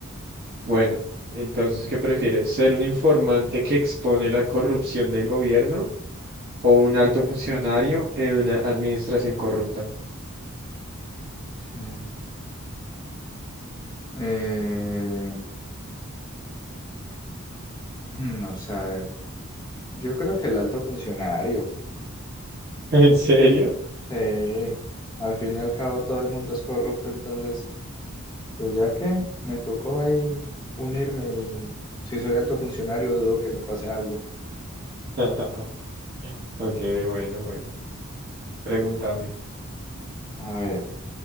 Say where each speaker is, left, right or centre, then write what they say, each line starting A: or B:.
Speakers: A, on the right; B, on the left.
A: Bueno, entonces, ¿qué prefieres? ¿Ser un informante que expone la corrupción del gobierno o un alto funcionario en una administración corrupta?
B: Sí. Eh, no sé, a ver. Yo creo que el alto funcionario.
A: <laughs> ¿En serio?
B: Sí, al fin y al cabo todo el mundo es corrupto, entonces Pues ya que me tocó ahí unirme y si soy alto funcionario dudo que me pase algo.
A: <laughs> Ok, bueno, bueno. Pregúntame.
B: A ver,